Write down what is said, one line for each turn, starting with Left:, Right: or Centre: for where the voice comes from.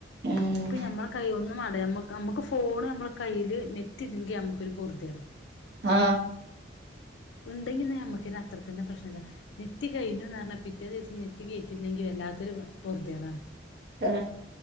Right: ഉം
Left: ഇപ്പൊ ഞമ്മള് കൈയൊന്നും മാണ്ട നമ്മക്ക് നമുക്ക് ഫോണ് നമ്മളെ കയ്യില് നെറ്റില്ലെങ്കി നമുക്കൊരു പൊറുതിയാണ്
Right: ആ
Left: ഇണ്ടെങ്കിൽ നമ്മുക്കെന്നത്രക്കെന്നെ പ്രശ്നില്ല നെറ്റ് കഴിഞ്ഞുന്നറഞ്ഞാ പിറ്റേദിവസം നെറ്റ് കേറ്റില്ലെങ്കിൽ വ ല്ലാത്തൊരു പൊറുതികളാണ്
Right: ആ